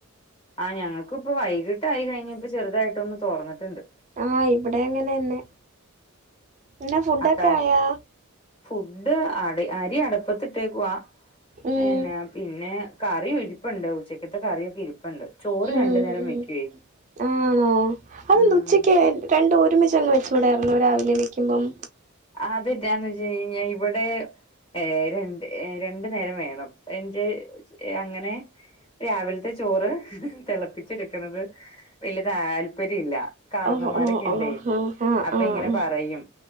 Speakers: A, on the left (about 25°); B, on the right (about 35°).
A: ആഹ് ഞങ്ങക്ക്പ്പോ വൈകിട്ടായി കഴിഞ്ഞപ്പോ ചെറുതായിട്ടൊന്ന് തോർന്നിട്ട്ണ്ട്
B: ആഹ് ഇവിടെയങ്ങനന്നെ എന്താ ഫുഡൊക്കായോ?
A: അത്താ ഫുഡ് അടി അരി അടപ്പത്തിട്ടേക്കുവാ
B: ഉം
A: എന്ന പിന്നെ കറിയും ഇരിപ്പുണ്ട് ഉച്ചക്കത്തെ കറിയൊക്കെ ഇരിപ്പുണ്ട് ചോറ്
B: ഉം
A: രണ്ടു നേരം
B: ഉം
A: വെക്കുവേ
B: ആണോ? അതെന്ത്
A: ഉം
B: ഉച്ചക്ക് രണ്ടും ഒരുമിച്ചങ്ങ് വെച്ചൂടായിരുന്നോ രാവിലെ വെക്കുമ്പം?
A: അത് എന്ന വെച്ചയ്ഞ്ഞാ ഇവിടെ ഏഹ്‌ രണ്ട് ഏഹ് രണ്ടു നേരം വേണം എന്റെ അങ്ങനെ രാവിൽത്തെ ചോറ് തെളപ്പി ച്ചെട്ക്ക്ണത് വല്ല്യ താല്പര്യല്ല കാർന്നോന്മാരൊക്കെ
B: ഓഹ് ഓഹ് ഓഹ്
A: ഇണ്ടേ
B: ആഹ് ആഹ്
A: അപ്പയിങ്ങനെ
B: ആഹ്
A: പറയും